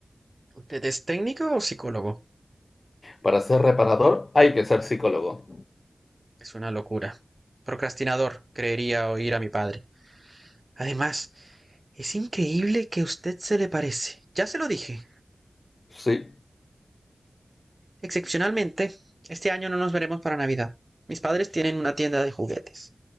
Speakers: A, on the right; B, on the left.
A: ¿Usted es técnico o psicólogo?
B: Para ser reparador hay que ser psicólogo.
A: Es una locura. Procrastinador, creería oír a mi padre. Además, es increíble que usted se le parece. Ya se lo dije.
B: Sí,
A: Excepcionalmente, este año no nos veremos para Navidad. Mis padres tienen una tienda de juguetes.